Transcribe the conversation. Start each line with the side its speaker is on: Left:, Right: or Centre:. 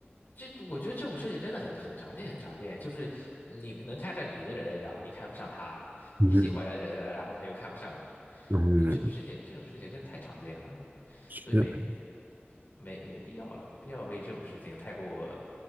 Left: 这我觉得这种事情真的很很常见，很常见。就是你能看上你的人，然后你看不上他；你喜欢的人啊，
Right: 嗯
Left: 然后他又看不上你。
Right: 嗯
Left: 呃这种事情，这种事情真的太常见了，
Right: 是？
Left: 所以没没没必要了，没必要为这种事情太过